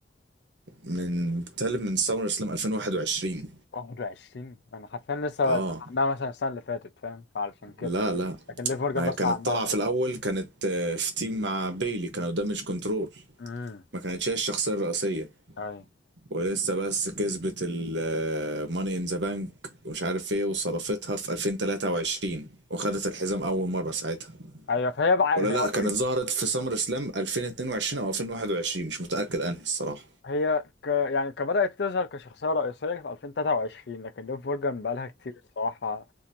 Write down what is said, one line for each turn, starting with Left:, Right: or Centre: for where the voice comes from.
Right: من بتكلم من سمر سلام 2021
Left: 21 أنا حرفيا لسه
Right: اه
Left: سامع عنها مثلا السنة اللي فاتت فاهم فعلشان كده
Right: لا لا
Left: لكن ليف مورجان
Right: ما
Left: بسمع
Right: هي كانت
Left: عنها
Right: طالعة
Left: بقالي
Right: في الأول كانت آه، في تيم مع بيلي كانوا دامج كنترول
Left: امم
Right: ما كانتش هي الشخصية الرئيسية
Left: أيوه
Right: ولسه بس كسبت الماني ان ذا بانك ومش عارف ايه وصرفتها في 2023 وخدت الحزام أول مرة ساعتها
Left: أيوه فهي بقى
Right: ولا
Left: زي
Right: لا
Left: ما قلت
Right: كانت ظهرت
Left: لي
Right: في سمر سلام 2022 او 2021 مش متاكد انهي الصراحه
Left: هي ك يعني كبدأت تظهر كشخصية رئيسية في 2023 لكن ليف مورجان بقالها كتير الصراحة